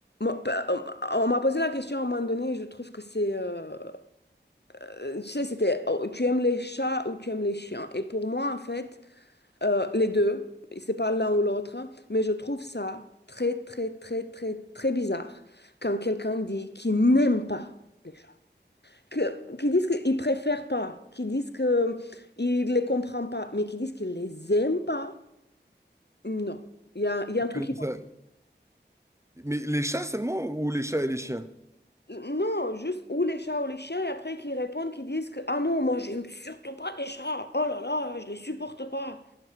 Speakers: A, on the left (about 65°); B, on the right (about 15°).
A: Moi, pa- on on m'a posé la question à un moment donné, et je trouve que c'est, euh, euh, tu sais, c'était, oh, tu aimes les chats ou tu aimes les chiens? Et pour moi, en fait, euh, les deux, c'est pas l'un ou l'autre, hein, mais je trouve ça très, très, très, très, très bizarre quand quelqu'un dit qu'il n'aime pas les chats, que, qu'ils disent qu'ils préfèrent pas, qu'ils disent qu'ils ne les comprend pas, mais qu'ils disent qu'ils les aiment pas, non. Il y a, il y a un truc
B: Comment ça? Mais les chats seulement ou les chats et les chiens?
A: Non, juste ou les chats ou les chiens, et après qui répondent, qui disent que ah non, moi j'aime surtout pas les chats, oh là là, je les supporte pas.